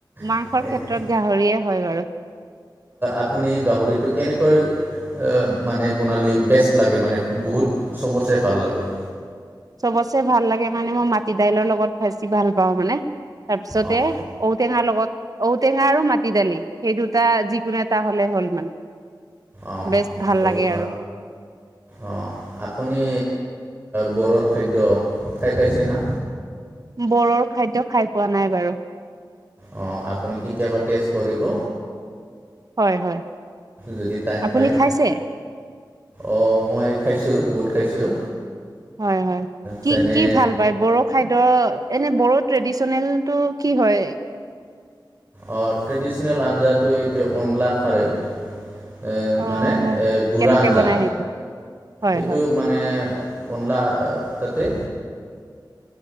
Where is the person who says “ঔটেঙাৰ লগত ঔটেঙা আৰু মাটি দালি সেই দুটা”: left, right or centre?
Right